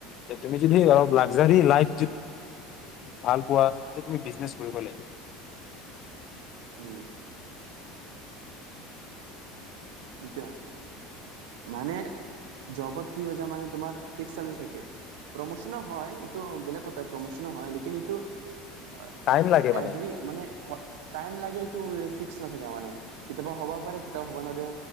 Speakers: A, on the left; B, on the right.
A: তুমি যদি লাকজৰি লাইফ ভাল পোৱা তেতিয়া তুমি বিজনেছ কৰিব লাগিব।
B: উম ব মানে জবত কি হৈ যায় মান তোমাৰ ফিক্স চালাৰী থাকে। প্ৰমোচনো হয় এইটো বেলেগ কথা প্ৰমোচনো হয় লেকিন ইটো আ
A: টাইম লাগে মানে।
B: এভৰি মানে টাইম লাগে এইটো ফিক্স নাথাকে মানে, কেতিয়াবা হ'ব পাৰে কেতিয়াবা হ'ব নোৱাৰে।